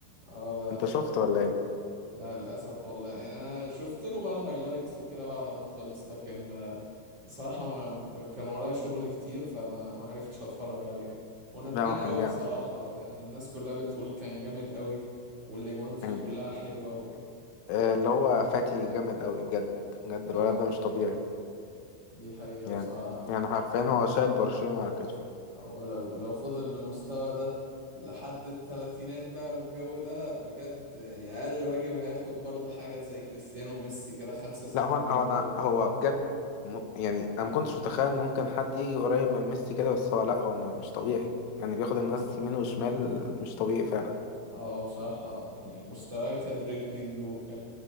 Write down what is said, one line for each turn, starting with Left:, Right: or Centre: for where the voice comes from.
Right: اه ده
Left: انت شفت ولا ايه
Right: آه للأسف والله يعني أنا شفت له بقى الهايلايتس وكده بعد ما خلص لكن آه، بصراحة ما ك- كان ورايا شغل كتير فما ما عرفتش أتفرج عليه وندمان
Left: لا هو كان
Right: قوي
Left: جامد
Right: بصراحة يعني الناس كلها بتقول كان جامد قوي والأجوان فيه
Left: كان
Right: كلها حلوة و...
Left: آه، اللي هو فاتي جامد قوي بجد بجد الولد
Right: آه
Left: ده مش طبيعي
Right: دي حقيقة
Left: يعني
Right: بصراحة أنا
Left: يعني حرفيا هو شايل برشلونة على كتفه
Right: هو لو لو فضل بالمستوى ده لحد التلاتينات بقى والجو ده بجد يعني أقل واجب هياخد برضه حاجة زي كريستيانو وميسي كده خمسة ستة
Left: لا هو هو
Right: بالون
Left: انا
Right: دور
Left: هو بجد م... يعني انا ما كنتش متخيل إن ممكن حد يجي قريب من ميسي كده بس هو لا هو م- مش طبيعي يعني بياخد الناس يمين وشمال مش طبيعي فعلا
Right: اه بصراحة يعني مستواه كدريبلينج وك